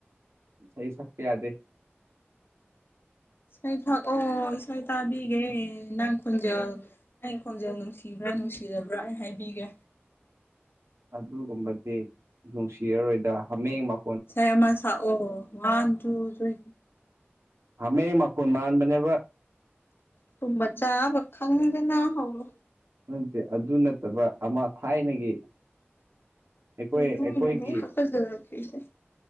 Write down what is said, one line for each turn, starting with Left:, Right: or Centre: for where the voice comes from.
Right: ꯏꯁꯩ ꯁꯛꯄ ꯌꯥꯗꯦ
Left: ꯏꯁꯩ ꯊꯛꯑꯣ ꯏꯁꯩ ꯇꯥꯕꯤꯒꯦ ꯅꯪ ꯈꯣꯟꯖꯦꯜ ꯑꯩ ꯈꯣꯟꯖꯦꯜ ꯅꯨꯡꯁꯤꯕ꯭ꯔꯥ ꯅꯨꯡꯁꯤꯗꯕ꯭ꯔꯥ ꯑꯩ ꯍꯥꯏꯕꯤꯒꯦ
Right: ꯑꯗꯨꯒꯨꯝꯕꯗꯤ ꯅꯨꯡꯁꯤꯔꯔꯣꯏꯗ ꯍꯥꯃꯦꯡ ꯃ
Left: ꯏꯁꯩ ꯑꯃꯥ ꯁꯛꯑꯣ ꯋꯥꯟ ꯇꯨ ꯊꯤꯟ
Right: ꯍꯥꯃꯦꯡ ꯃꯈꯣꯟ ꯃꯥꯟꯕꯅꯦꯕ
Left: ꯇꯨꯝꯕ ꯆꯥꯕ ꯈꯪꯗꯅꯥ ꯍꯧꯔꯣ
Right: ꯅꯠꯇꯦ ꯑꯗꯨ ꯅꯠꯇꯕ ꯑꯃ ꯊꯥꯏꯅꯒꯤ ꯑꯩꯈꯣꯏ
Left: ꯀꯩꯅꯣ
Right: ꯑꯩꯈꯣꯏꯒꯤ
Left: ꯑꯣꯏꯅ ꯂꯣꯏ ꯍꯥꯀꯠꯖꯔꯛꯏꯁꯦ